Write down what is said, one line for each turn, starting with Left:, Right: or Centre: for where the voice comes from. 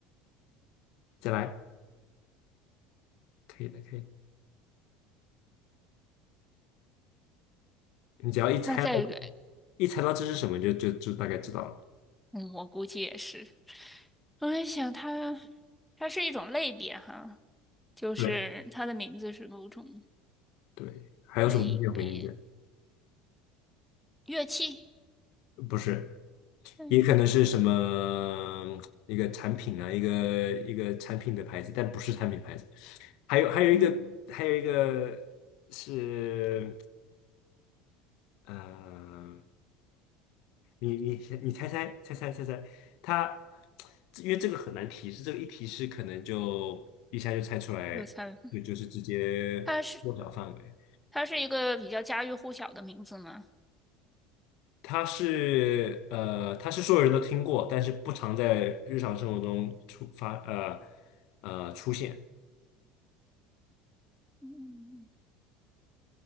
Left: 再来，可以的，可以。你只要一猜到，
Centre: 那再一个，
Left: 一猜到这是什么，就就就大概知道了。
Centre: 嗯，我估计也是。我在想它，它是一种类别哈，就是它的名字是某种
Left: 对对，还有什么东西有名字？
Centre: 类别乐器。
Left: 不是，
Centre: 嗯，
Left: 也可能是什么一个产品啊，一个一个产品的牌子，但不是产品牌子。还有还有一个还有一个是呃，你你你猜猜猜猜猜猜，它因为这个很难提示，这个一提示可能就一下就猜出来，
Centre: 有猜，
Left: 就就是直接缩小范围。
Centre: 它它是一个比较家喻户晓的名字嘛。
Left: 它是呃，它是所有人都听过，但是不常在日常生活中出发呃呃出现
Centre: 嗯